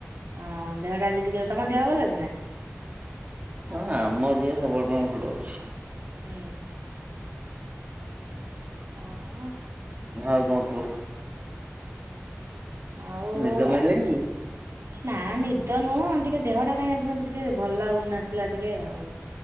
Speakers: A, on the right (about 80°); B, on the right (about 30°).
A: ଆଁ ଦେହ ଟା ଆଜି ଟିକେ, ତମ ଦେହ ଭଲ ଅଛି ନା?
B: ହଁ ଆମ ଦିଅ ସବୁବେଳେ ପାଇଁ ଭଲ ଅଛି।
A: ହୁଁ। ଆଉ।
B: ଆଉ କଣ କୁହ।
A: ଆଉ
B: ନିଦ ମାଇଲାଣି
A: ଆଜି
B: କି?
A: ନା ନିଦ ନୁହଁ ଟିକେ ଦେହ ଟା କାଇଁ ଆଜି ମତେ ଟିକେ ଭଲ ଲାଗୁନଥିଲା ଟିକେ ଆଉ।